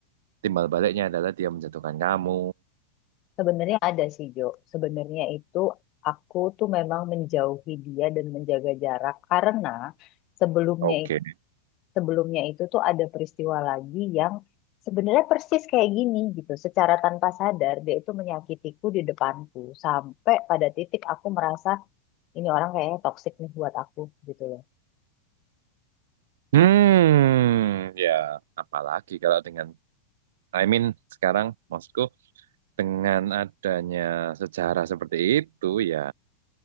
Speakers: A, on the right (about 75°); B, on the left (about 40°).
A: timbal baliknya adalah dia menjatuhkan kamu.
B: Sebenarnya ada sih Jo. Sebenarnya itu aku tuh memang menjauhi dia dan menjaga jarak karena sebelumnya
A: Oke.
B: i- sebelumnya itu tuh ada peristiwa lagi yang sebenarnya persis kayak gini gitu. Secara tanpa sadar dia itu menyakitiku di depanku sampai pada titik aku merasa ini orang kayaknya toksik nih buat aku gitu loh.
A: Hmm, ya apalagi kalau dengan I mean sekarang maksudku dengan adanya sejarah seperti itu ya